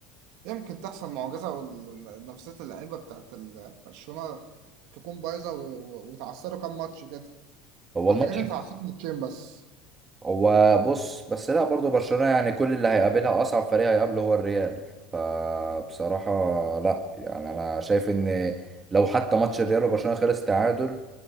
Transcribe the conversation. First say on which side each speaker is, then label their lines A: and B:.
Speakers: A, on the right; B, on the right.
A: يمكن تحصل معجزه ونفسيه اللعيبه بتاعت ال- برشلونه تكون بايظه و- و- ويتعثروا كام ماتش كده
B: هو
A: اعتقد
B: الماتش
A: ان اتعثروا ماتشين بس
B: هو بص بس لا برضه برشلونة يعني كل اللي هيقابلها أصعب فريق هيقابله هو الريال فبصراحة لا يعني أنا شايف إن لو حتى ماتش الريال وبرشلونة خلص تعادل